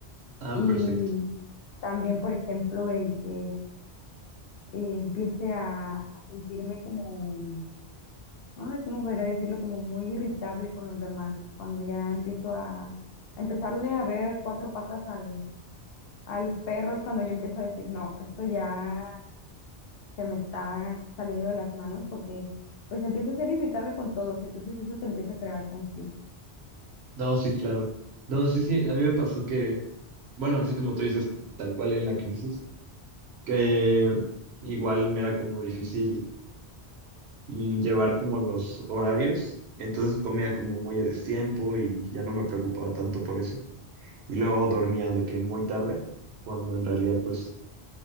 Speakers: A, on the right; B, on the left.
A: Ah,
B: Y
A: perfecto.
B: también, por ejemplo, el que eh, empiece a, a sentirme como Ay, ¿cómo podría decirlo? Como muy irritable con los demás, cuando ya empiezo a, a empezarle a ver cuatro patas al, al perro, es cuando yo empiezo a decir, no, esto ya se me está saliendo de las manos porque pues empiezo a ser irritable con todos, entonces eso te empieza a crear conflicto.
A: No, sí, claro. No, sí, sí, a mí me pasó que, bueno, así como tú dices, tal cual en la crisis, que igual me era como difícil mm, llevar como los horarios, entonces comía como muy a destiempo y ya no me preocupaba tanto por eso. Y luego dormía de que muy tarde, cuando en realidad pues